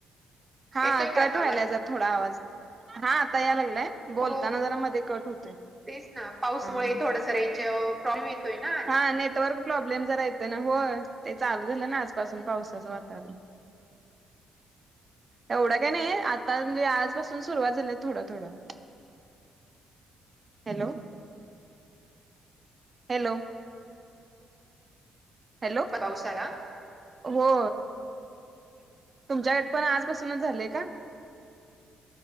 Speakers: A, on the right; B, on the right.
A: हा
B: येतोय का
A: कट
B: आता
A: व्हायलाचा
B: आवाज?
A: थोडा आवाज हा आता याय लागलाय. बोलताना
B: हो
A: जरा मध्ये कट होते
B: तेच ना पाऊसमुळे
A: हा हा.
B: थोडस रेंज प्रॉब्लेम येतोय ना आज
A: हा नेटवर्क प्रॉब्लेम जरा येत. हो ते चालू झालं ना आजपासून पावसाचं वातावरण. एवढं काय नाही आता म्हणजे आजपसून सुरुवात झाली थोडं थोडं. हॅलो. हॅलो. हॅलो
B: पावसाला..
A: हो. तुमच्याकड पण आजपासूनच झालंय का.